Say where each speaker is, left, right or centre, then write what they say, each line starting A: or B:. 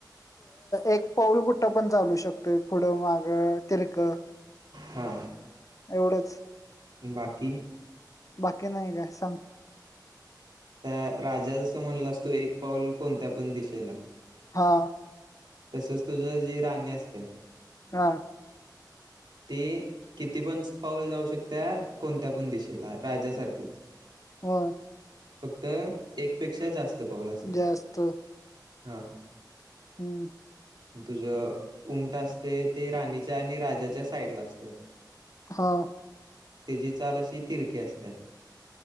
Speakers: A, on the left; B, on the right.
A: एक पाऊल कुठं पण चालू शकतो त पुढं मागं तिरकं
B: हा
A: एवढंच
B: बाकी
A: बाकी नाही का सांग
B: त्या राजा जसं म्हणलं असतो एक पाऊल कोणत्या पण दिशेला
A: हा
B: तसच तुझं जी राणी असते
A: हा
B: ते किती पण पाऊल जाऊ शकत कोणत्या पण दिशेला राजासारखंच
A: हो
B: फक्त एकपेक्षा जास्त पाऊल अस
A: जास्त
B: हा
A: हम्म
B: तुझ उंट असते ते राणीच्या आणि राजाच्या साइडला असतात
A: हा
B: त्याची चाल अशी तिरकी असते